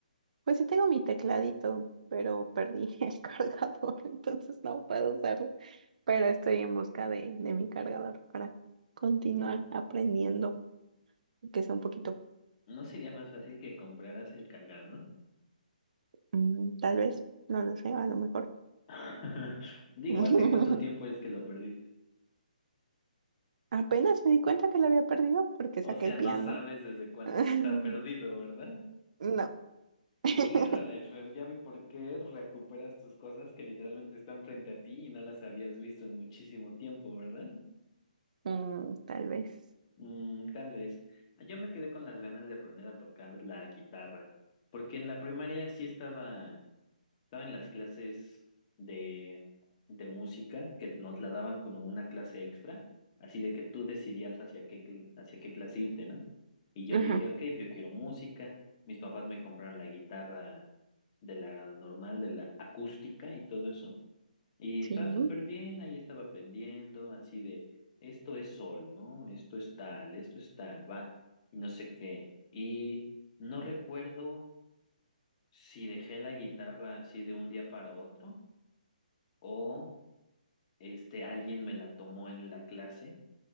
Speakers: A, on the right; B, on the left.
A: Pues sí tengo mi tecladito, pero perdí <laughs> el cargador, entonces no puedo usarlo. Pero estoy en busca de, de mi cargador para continuar aprendiendo, que sea un poquito,
B: ¿No sería más fácil que compraras el cargador?
A: mm, tal vez, no lo sé, a lo mejor.
B: <laughs> Digo,
A: <laughs>
B: ¿hace cuánto tiempo es que lo perdiste?
A: Apenas me di cuenta que lo había perdido porque
B: O
A: saqué
B: sea,
A: el piano.
B: no sabes desde cuándo
A: <laughs>
B: está perdido, ¿verdad?
A: No. <laughs>
B: Híjole, Fer, ya vi por qué recuperas tus cosas que literalmente están frente a ti y no las habías visto en muchísimo tiempo, ¿verdad?
A: Mm, tal vez.
B: Mm, tal vez. Yo me quedé con las ganas de aprender a tocar la guitarra, porque en la primaria sí estaba Estaba en las clases de, de música que nos la daban como una clase extra, así de que tú decidías hacia qué, cl- hacia qué clase irte, ¿no? Y yo
A: Ajá,
B: dije, ok, yo quiero música, mis papás me compraron la guitarra de la normal, de la acústica y todo eso, y
A: sí.
B: estaba súper bien, ahí estaba aprendiendo, así de, esto es sol, ¿no? Esto es tal, esto es tal, va, y no sé qué, y no recuerdo si dejé la guitarra así de un día para otro o este alguien me la tomó en la clase,